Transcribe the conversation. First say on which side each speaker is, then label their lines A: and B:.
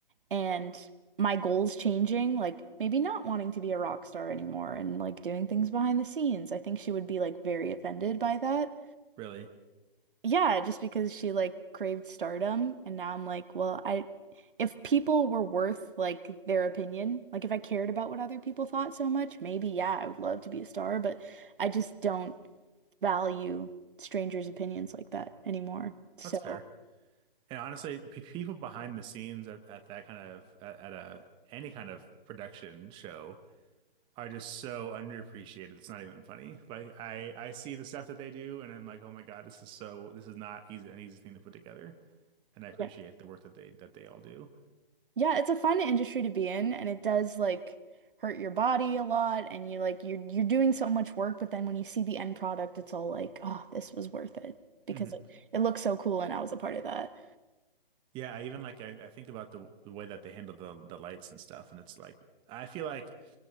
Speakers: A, on the right; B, on the right.
A: and my goals changing, like maybe not wanting to be a rock star anymore and like doing things behind the scenes. I think she would be like very offended by that
B: Really,
A: yeah, just because she like craved stardom and now I'm like, well, I if people were worth like their opinion, like if I cared about what other people thought so much, maybe yeah, I would love to be a star, but I just don't value strangers' opinions like that anymore. So,
B: that's fair. And honestly, p people behind the scenes at, at that kind of at, at a any kind of production show are just so underappreciated. It's not even funny. Like I I see the stuff that they do and I'm like, "Oh my God, this is so this is not easy an easy thing to put together." And I appreciate
A: yeah.
B: the work that they that they all do.
A: Yeah, it's a fun industry to be in and it does like hurt your body a lot and you like you're you're doing so much work, but then when you see the end product, it's all like, oh, this was worth it because
B: Mhm.
A: it, it looks so cool and I was a part of that.
B: Yeah, I even like I, I think about the the way that they handle the the lights and stuff and it's like I feel like